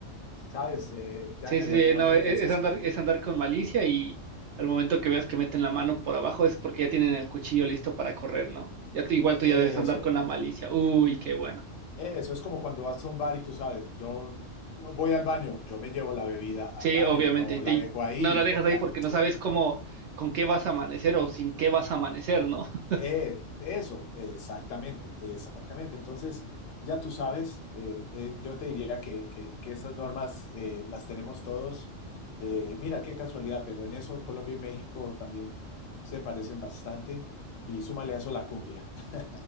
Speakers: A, on the left (about 80°); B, on the right (about 70°).
A: sabes, eh, ya
B: Sí,
A: en
B: sí,
A: Latinoamérica
B: sí, no, e-
A: es
B: es
A: así.
B: andar, es andar con malicia y al momento que veas que meten la mano por abajo es porque ya tienen el cuchillo listo para correr, ¿no? Ya tú, igual tú
A: Eso,
B: ya debes andar con la malicia. Uy, qué bueno.
A: eso es como cuando vas a un bar y tú sabes, yo voy al baño, yo me llevo la bebida al
B: Sí,
A: baño,
B: obviamente,
A: no
B: y te-
A: la
B: y
A: dejo ahí.
B: no la dejas ahí
A: La-
B: porque no sabes cómo, con qué vas a amanecer o sin qué vas a amanecer, ¿no? <laughs>
A: eh, eso, exactamente, exactamente. Entonces, ya tú sabes, eh, eh, yo te diría que, que- que esas normas eh, las tenemos todos. Eh, mira, qué casualidad, pero en eso Colombia y México también se parecen bastante y súmale a eso la cumbia. <laughs>